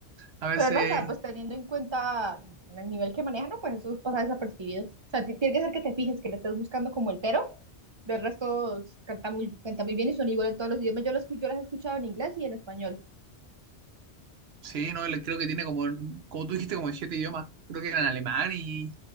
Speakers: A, on the right; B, on the right.
A: A veces...
B: Pero no, o sea, pues teniendo en cuenta el nivel que maneja, no, pues eso pasa desapercibido. O sea, ti- tiene que ser que te fijes, que le estés buscando como el pero. Del resto canta muy, canta muy bien y son igual en todos los idiomas. Yo, lo escu- yo las he escuchado en inglés y en español.
A: Sí, no, le- creo que tiene como, en- como tú dijiste, como en siete idiomas. Creo que eran alemán y,